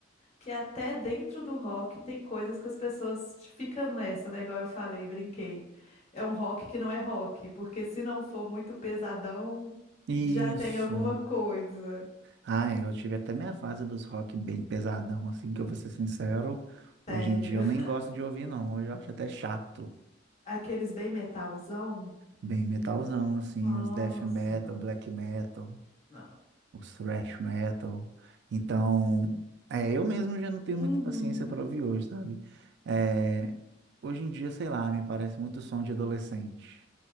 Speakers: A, on the left (about 35°); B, on the right (about 60°).
A: que até dentro do rock tem coisas que as pessoas ficam nessa, né? Igual eu falei, brinquei. É um rock que não é rock, porque se não for muito pesadão,
B: Isso.
A: já tem alguma coisa.
B: Ah, é, eu tive até minha fase dos rock bem pesadão, assim, que eu vou ser sincero. Hoje
A: Sério.
B: em dia eu
A: <laughs>
B: nem gosto de ouvir, não. Hoje eu acho até chato.
A: Aqueles bem metalzão?
B: Bem metalzão, assim,
A: Nossa,
B: os death metal,
A: não.
B: black metal,
A: não.
B: os thrash metal. Então, é, eu mesmo já não tenho
A: Uhum.
B: muita paciência para ouvir hoje, sabe? É, hoje em dia, sei lá, me parece muito som de adolescente.